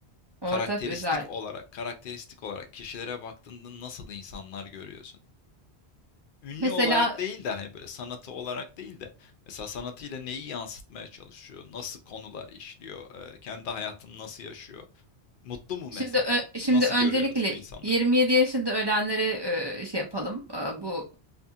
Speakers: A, on the right; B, on the left.
A: ortak
B: Karakteristik
A: özel.
B: olarak, karakteristik olarak kişilere baktığında nasıl insanlar görüyorsun? Ünlü
A: Mesela
B: olarak değil de, hani, böyle sanatı olarak değil de mesela sanatıyla neyi yansıtmaya çalışıyor? Nasıl konular işliyor? Eee, kendi hayatını nasıl yaşıyor? Mutlu mu mesela?
A: şimdi ö- şimdi
B: Nasıl
A: öncelikle
B: görüyoruz bu insanları?
A: 27 yaşında ölenlere e, şey yapalım. E, bu